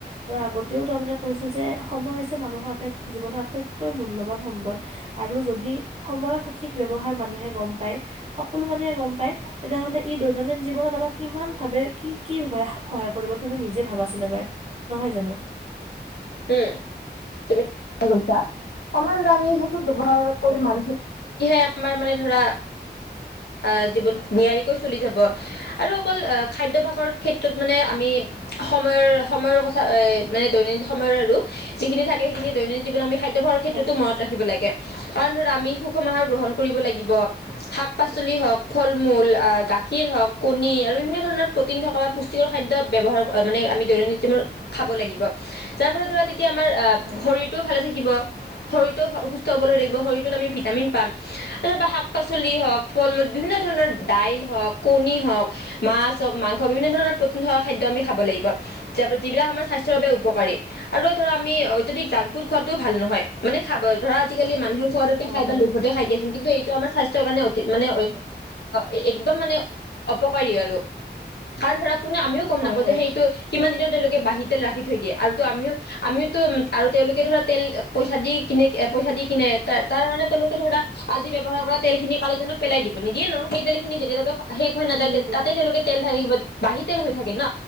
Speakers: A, on the right; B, on the left.
A: মই আগতেও তাৰমানে কৈছো যে সময় হৈছে মানুহৰ আটাই জীৱনৰ আটাইতকৈ মূল্যবান সম্পদ আৰু যদি সময়ৰ সঠিক ব্যৱহাৰ মানুহে গম পায় সকলো মানুহে গম পায় তেতিয়াহ'লে ই দৈনন্দিন জীৱনত আমাক কিমান ভাবে কি কি সহায় কৰিব তুমি নিজে ভাবাচোন এবাৰ নহয় জানো।
B: উ তুমি কৈছা সমাজ আমি সঠিক ব্যৱহাৰ
A: হয়
B: কৰি মানুহ ইহে আমাৰ মানে ধৰা আ জীৱন নিয়াৰিকৈ চলি যাব আৰু অকল আ খাদ্যভাস শষ ক্ষেত্ৰত মানে আমি সময়ৰ সময়ৰ কথা মানে দৈনন্দিন সময়ৰ আৰু যিখিনি থাকে সেইখিন দৈনিন জীৱনৰ খাদ্যৰ ক্ষেত্ৰতো
A: হয়
B: মন ৰাখিবাগে কাৰণ ধৰা আমি সুষম আহাৰ গ্ৰহণ কৰিব লাগিব শাক শাক পাচলি হওঁক ফল মূল গাখীৰ হওঁক কণী আৰু বিভিন্ন ধৰণৰ প্ৰটিন থকা বা পুষ্টিকৰ খাদ্য ব্যৱহাৰ কৰিব মানে আমি দৈনন্দী
A: উম,
B: মূল খাব লাগিব যাৰ ফলত ধৰা তেতিয়া আমাৰ
A: হয়
B: শৰীৰটোও ভালে থাকিব শৰীৰতটো সুস্থ হবলৈ থাকিব শৰীৰটোত আমি ভিটামিন পাম তাৰ শাক পাচলি হওঁক ফল মূল বিভিন্ন ধৰণৰ দাইল হওঁক কণী হওঁক, মাছ হওঁক, মাংস বিভিন্ন ধৰণৰ প্ৰটিন থকা খাদ খাব লাগিব যিবিলাক আমাৰ স্বাস্থ্যৰ বাবে উপকাৰী
A: হয়
B: আৰু ধৰা আমি অত্যাধিক জাংক ফুড খোৱাটোও ভাল নহয় মানে খাব ধৰা আজিকালি মানুহ সোৱাদতে
A: হয়
B: খাই বা
A: হয়
B: লোভতে খাই দিয়াচোন কিন্তু এইটো আমাৰ স্বাস্থ্যৰ কাৰণে অতি মানে
A: উম,
B: এ একদম মানে উপকাৰী আৰু কাৰণ ধৰা কোনে আমিও গম
A: হয়
B: নাপাওঁ
A: হয়
B: যে সেইটো কিমান দিনৰত তেওঁলোকে বাহিৰতেল ৰাখি থৈ দিয়ে আৰু আমিও আমিও উম আৰু তেওঁলোকে ধৰা তেল পইচা দি কিনে পইচা দি কিনে তাৰ কাৰণে তেওঁলোকে ধৰা ব্যৱহাৰ
A: উম
B: কৰা তেলখিনি পেলাই দিব নিদিয়ে ন সেইয়ে খিনি তেতিয়ালে শেষ হৈ নাযায়
A: উম, নিদিয়ে
B: তাতে তেওঁলোকে তেল থাকিব বাহি তেল হৈ থাকে ন